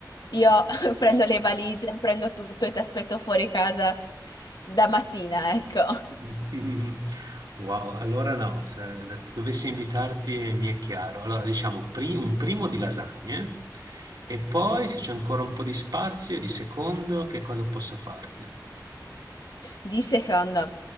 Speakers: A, on the left; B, on the right.
A: io <laughs> prendo le valigie, prendo tutto e ti aspetto fuori casa da mattina, ecco.
B: <laughs> Wow, allora no, se dovessi invitarti mi è chiaro. Allora diciamo pri- un primo di lasagne e poi se c'è ancora un po' di spazio, di secondo, che cosa posso farti?
A: Di secondo,